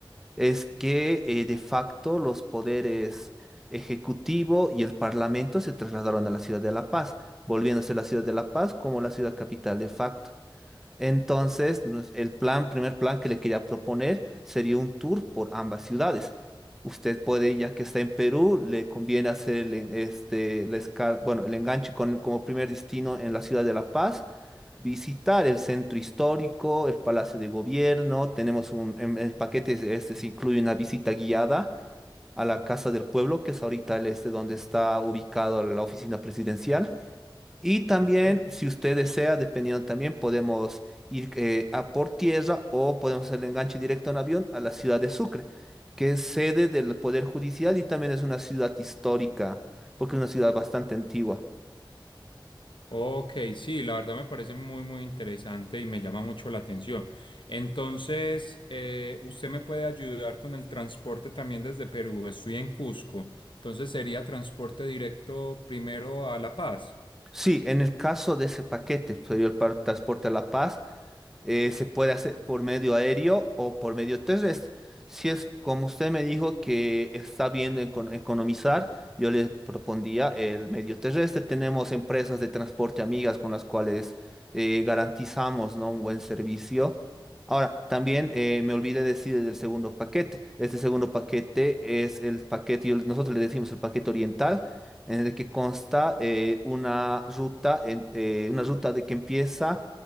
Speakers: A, in the centre; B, on the left.
A: es que eh, de facto los poderes ejecutivo y el parlamento se trasladaron a la ciudad de La Paz, volviéndose la ciudad de La Paz como la ciudad capital de facto. Entonces, nos- el plan, primer plan que le quería proponer sería un tour por ambas ciudades. Usted puede, ya que está en Perú, le conviene hacer el, en- este, la esca- bueno, el enganche con, como primer destino en la ciudad de La Paz, visitar el centro histórico, el Palacio de Gobierno. Tenemos un, en el paquete este se incluye una visita guiada a la Casa del Pueblo, que es ahorita el este donde está ubicado la oficina presidencial. Y también,
B: Ok.
A: si usted desea, dependiendo también, podemos ir eh, a por tierra o podemos hacer el enganche directo en avión a la ciudad de Sucre, que es sede del Poder Judicial y también es una ciudad histórica, porque es una ciudad bastante antigua.
B: Ok, sí, la verdad me parece muy, muy interesante y me llama mucho la atención. Entonces, eh, usted me puede ayudar con el transporte también desde Perú. Estoy en Cusco. Entonces, sería transporte directo primero a La Paz.
A: Sí, en el caso de ese paquete, sería el par- transporte a La Paz, eh, se puede hacer por medio aéreo o por medio terrestre. Si es como usted me dijo que está viendo eco- economizar, yo le propondría el medio terrestre. Tenemos empresas de transporte amigas con las cuales eh, garantizamos, ¿no? un buen servicio. Ahora, también eh, me olvidé decir del segundo paquete. Este segundo paquete es el paquete, yo- nosotros le decimos el paquete oriental, en el que consta eh, una ruta, en- eh, una ruta de que empieza